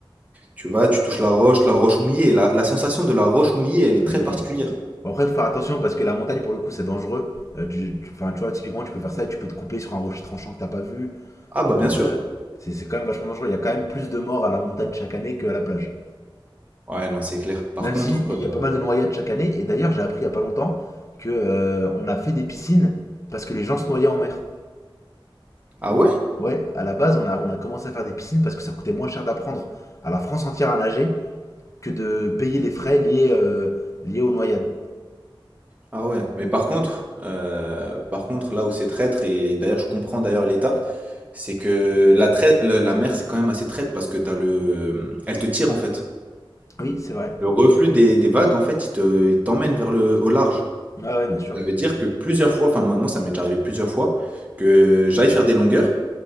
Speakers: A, on the right (about 15°); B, on the left (about 35°).
A: Tu vas, tu touches la roche, la roche mouillée. La, la sensation de la roche mouillée, elle est
B: Mais
A: très
B: oui.
A: particulière.
B: Bon, après, faut faire attention parce que la montagne, pour le coup, c'est dangereux. Euh, tu, tu- enfin, tu vois, typiquement, tu peux faire ça et tu peux te couper sur un rocher tranchant que t'as pas vu.
A: Ah bah
B: Euh,
A: bien sûr.
B: c'est c'est quand même vachement dangereux. Il y a quand même plus de morts à la montagne chaque année qu'à la plage.
A: Ouais, non, c'est clair. Par
B: Même
A: contre,
B: si il
A: euh,
B: y a pas mal de noyades chaque année. Et d'ailleurs, j'ai appris il y a pas longtemps que euh, on a fait des piscines parce que les gens se noyaient en mer.
A: ah ouais?
B: Ouais, à la base, on a, on a commencé à faire des piscines parce que ça coûtait moins cher d'apprendre à la France entière à nager que de payer les frais liés, euh, liés aux noyades.
A: Ah ouais. Mais par contre, euh, par contre, là où c'est traître, et d'ailleurs je comprends d'ailleurs l'état, c'est que la, trai- la, la mer c'est quand même assez traître parce que t'as le. Elle te tire en fait.
B: Oui, c'est vrai.
A: Le reflux des, des vagues, en fait, il te, il t'emmène vers le, au large.
B: Ouais, ouais, bien sûr.
A: Ça veut dire que plusieurs fois, enfin moi, moi ça m'est déjà arrivé plusieurs fois, que j'aille faire des longueurs.